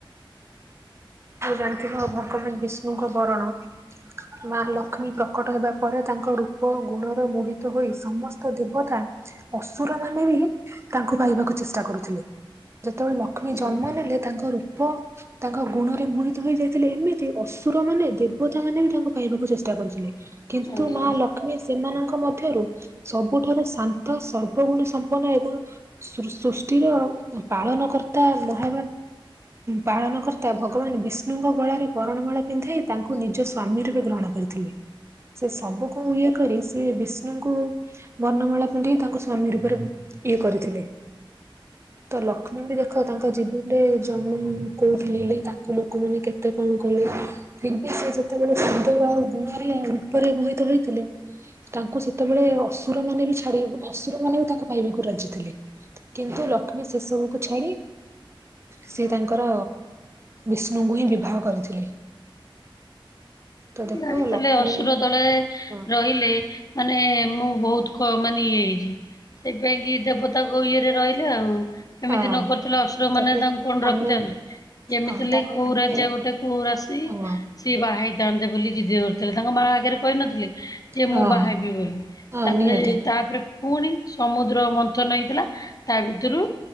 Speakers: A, on the right (about 30°); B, on the left (about 40°).
A: ଜାଣିଥିବ ଭଗବାନ ବିଷ୍ଣୁଙ୍କ ବରଣ। ମା ଲକ୍ଷ୍ମୀ ପ୍ରକଟ ହେବା ପରେ ତାଙ୍କ ରୂପ ଗୁଣରେ ମୋହିତ ହୋଇ ସମସ୍ତ ଦେବତା ଅସୁର ମାନେ ବି ତାଙ୍କୁ ପାଇବାକୁ ଚେଷ୍ଟା କରୁଥିଲେ ଯେତେବେଳେ ଲକ୍ଷ୍ ଲକ୍ଷ୍ମୀ ଜନ୍ମ
B: ଆଜ୍ଞା
A: ନେଲେ ତାଙ୍କ ରୂପ ତାଙ୍କ ଗୁଣରେ ମୋହିତ ହେଇ ଯାଇଥିଲେ ଏମିତି ଅସୁର ମାନେ ଦେବତା ମାନେ ବି ତାଙ୍କୁ ପାଇବାକୁ ଚେଷ୍ଟା କରୁଥିଲେ। କିନ୍ତୁ
B: ଆଜ୍ଞା।
A: ମାଲକ୍ଷ୍ମୀ ସେମାନଙ୍କ ମଧ୍ୟରୁ ସବୁଠାରୁ ଶାନ୍ତ ସର୍ବ ଗୁଣ ସମ୍ପନ୍ନ ଏବଂ ସୃ ସୃଷ୍ଟିର ପାଳନ କର୍ତ୍ତା ମହା ପାଳନକର୍ତ୍ତା ଭଗବାନ ବିଷ୍ଣୁଙ୍କ ଗଳାରେ ବରଣମାଳା ପିନ୍ଧାଇ ତାଙ୍କୁ ନିଜ ସ୍ଵାମୀ ରୂପେ ଗ୍ରହଣ କରିଥିଲେ। ସେ ସବୁକୁ ଇଏ କରି ସେ ବିଷ୍ଣୁଙ୍କୁ ବର୍ଣ୍ଣମାଳା ପିନ୍ଧେଇ ତାଙ୍କୁ ସ୍ଵାମୀ ରୂପରେ ଇଏ କରିଥିଲେ। ତ ଲକ୍ଷ୍ମୀ ବି ଦେଖ ତାଙ୍କ ଜୀବନରେ ଜମୁନ୍ କୋଉଥିଲି ହେଲେ ତାଙ୍କୁ ଲୋକମାନେ କେତେ କଣ କଲେ। ସେ ଯେତେବେଳେ ସୁନ୍ଦର ଆଉ ଗୁଣରେ ରୂପରେ ମୋହିତ ହେଇଥିଲେ। ତାଙ୍କୁ ସେତେବେଳେ ଅସୁର ମାନେ ବି ଛାଡି ଅସୁର ମାନେ ବି ତାଙ୍କୁ ପାଇବାକୁ ରାଜି ଥିଲେ। କିନ୍ତୁ ଲକ୍ଷ୍ମୀ ସେସବୁକୁୁ ଛାଡି ସେ ତାଙ୍କର ବିଷ୍ଣୁଙ୍କୁ ହିଁ ବିବାହ କରିଥିଲେ। ତ ଦେଖ
B: ଜାଣିଥିଲେ
A: ଲକ୍ଷ୍ମୀ
B: ଅସୁର ଦଳେ
A: ହଁ
B: ରହିଲେ ମାନେ ମୁଁ ବହୁତ ମାନେ ଇଏ ହେଇଯିବି। ସେଇ ପାଇଁ କିି ଦେବତାକ ଇଏରେ ରହିଲେ ଆଉ। ଏମିତି
A: ହଁ
B: ନ କରିଥିଲେ ଅସୁରମାନେ
A: ତାପରେ
B: ତାଙ୍କୁ କଣ
A: ଆମେ
B: ରଖିଥାନ୍ତେ। ଯେମିତିହେଲେ
A: ହଁ ତାପରେ
B: କଉ
A: ଆମେ
B: ରାଜା ଗୋଟେ କୂଉ ରାସି।
A: ହଁ
B: ସିଏ ବାହା ହେଇଥାନ୍ତେ ବୋଲି ଜିଦି ଧରିଥିଲେ ତାଙ୍କ ମା ଆଗରେ କହିନଥିଲେ। ଯେ
A: ହଁ
B: ମୁଁ ବାହା ହେବି ବୋଲି
A: ହଁ
B: ତାପରେ
A: ନିହାତି
B: ତାପରେ ପୁଣି ସମୁଦ୍ର ମନ୍ଥନ ହେଇଥିଲା ତା ଭିତରୁ